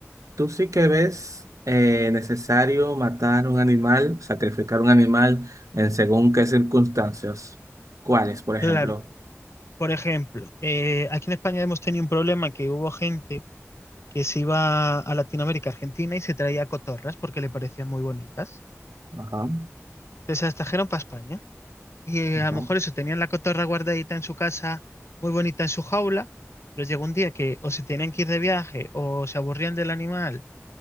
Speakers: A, on the right (about 85°); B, on the left (about 55°).
A: ¿Tú sí que ves eh, necesario matar un animal, sacrificar un animal en según qué circunstancias? ¿Cuáles, por ejemplo?
B: Claro. Por ejemplo, eh, aquí en España hemos tenido un problema que hubo gente que se iba a Latinoamérica, Argentina, y se traía cotorras porque le parecían muy bonitas.
A: Ajá,
B: Entonces se las trajeron para España. Y eh,
A: ajá,
B: a lo mejor eso, tenían la cotorra guardadita en su casa, muy bonita en su jaula, pero llegó un día que o se tenían que ir de viaje, o se aburrían del animal,